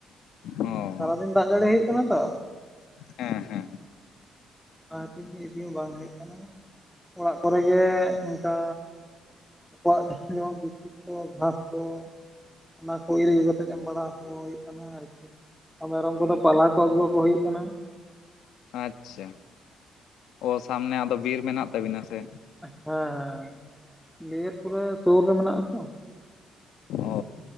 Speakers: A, on the left; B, in the centre.
A: ᱚ
B: ᱥᱟᱨᱟ ᱫᱤᱱ ᱫᱟᱜ ᱡᱟᱹᱲᱤ ᱦᱳᱭᱳᱜ ᱠᱟᱱᱟ ᱛᱚ,
A: ᱦᱮᱸ ᱦᱮᱸ᱾
B: ᱟᱱᱟ ᱠᱷᱟᱹᱛᱤᱨ ᱜᱮ ᱤᱫᱤ ᱦᱚᱸ ᱵᱟᱝ ᱦᱩᱭᱩᱜ ᱠᱟᱱᱟ, ᱚᱲᱟᱜ ᱠᱚᱨᱮᱜ ᱜᱮ ᱚᱝᱠᱟ ᱟᱠᱚᱣᱟᱜ ᱡᱷᱟᱸ ᱡᱚᱢᱟᱜ ᱵᱩᱥᱩᱵ ᱠᱚ ᱜᱷᱟᱸᱥ ᱠᱚ ᱚᱱᱟ ᱠᱚ ᱤᱨ ᱟᱹᱜᱩ ᱠᱟᱛᱮᱫ ᱮᱢ ᱵᱟᱲᱟ ᱦᱩᱭᱩᱜ ᱠᱟᱱᱟ ᱟᱨ ᱠᱤ ᱢᱮᱨᱚᱢ ᱠᱚᱫᱚ ᱯᱟᱞᱦᱟ ᱠᱚ ᱟᱹᱜᱩᱣᱟᱚ ᱦᱩᱭᱩᱜ ᱠᱟᱱᱟ᱾
A: ᱟᱪᱪᱷᱟ, ᱚ ᱥᱟᱢᱱᱮ ᱟᱫᱚ ᱵᱤᱨ ᱢᱮᱱᱟᱜ ᱛᱟᱵᱤᱱᱟ ᱥᱮ?
B: ᱦᱮᱸ ᱦᱮᱸ, ᱵᱤᱨ ᱯᱩᱨᱟᱹ ᱥᱩᱨ ᱨᱮ ᱢᱮᱱᱟᱜ ᱟᱛᱚ᱾
A: ᱚ